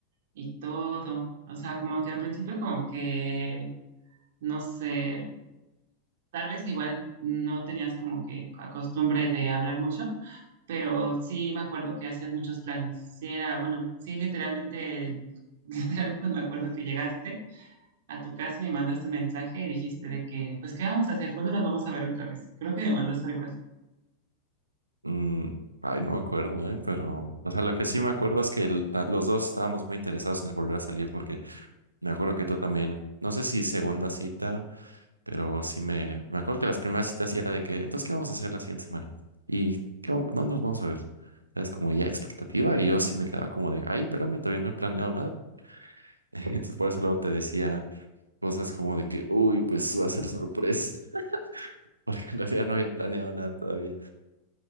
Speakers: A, on the right; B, on the right.
A: y todo. O sea, como que al principio como que, no sé, tal vez igual no tenías como que la costumbre de hablar mucho, pero sí me acuerdo que hacías muchos planes. Sí, era, bueno, sí, literalmente, el- <laughs> literal, pues me acuerdo que llegaste. a tu casa, me mandaste mensaje y dijiste de que, pues, ¿qué vamos a hacer? ¿Cuándo nos vamos a ver otra vez? Creo que me mandaste algo así.
B: Mm, ay, no me acuerdo, ¿eh? Pero, o sea, lo que sí me acuerdo es que el- la- los dos estábamos muy interesados en volver a salir porque me acuerdo que tú también, no sé si segunda cita, pero sí me, me acuerdo que las primeras citas sí era de que, entonces, ¿qué vamos a hacer la siguiente semana? ¿Y qué, vam- dónde nos vamos a ver? Es como ya expectativa y yo sí me quedaba como de, ay, espérame, todavía no he planeado nada. <laughs> Entonces, por eso luego te decía cosas como de que, uy, pues va a ser sorpresa. porque en realidad no había planeado nada todavía,